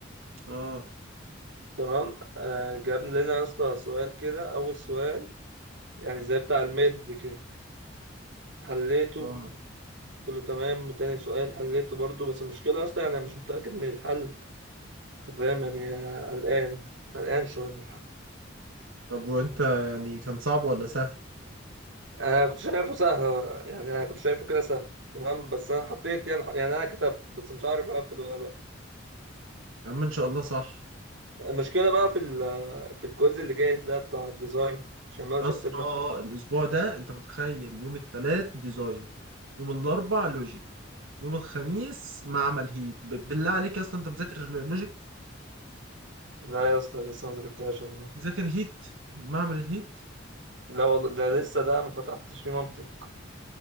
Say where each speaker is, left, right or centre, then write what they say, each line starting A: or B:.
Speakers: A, on the right; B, on the right.
A: اه
B: تمام آه. جاب لنا يا اسطى سؤال كده اول سؤال يعني زي بتاع الميد كده حليته
A: اه
B: كله تمام وتاني سؤال حليته برضو بس المشكلة أصلا يعني أنا مش متأكد من الحل أنت فاهم يعني قلقان قلقان شوية من الحل
A: طب وانت يعني كان صعب ولا سهل
B: أنا كنت شايفه سهل يعني أنا كنت شايفه كده سهل تمام بس أنا حطيت يعني يعني أنا كتبت بس مش عارف أقفل ولا لأ
A: يا عم ان شاء الله صح
B: المشكلة بقى في ال في الكويز اللي جاي ده بتاع الديزاين عشان ما مش
A: يا اسطى
B: هتسيبنا في حد
A: الاسبوع ده انت متخيل يوم الثلاث ديزاين يوم الاربع لوجيك يوم الخميس معمل هيت ب- بالله عليك يا اسطى انت مذاكر لوجيك
B: لا يا اسطى لسه ما ذاكرتهاش والله
A: مذاكر هيت معمل الهيت
B: لا والله ده لسه ده ما فتحتش فيه منطق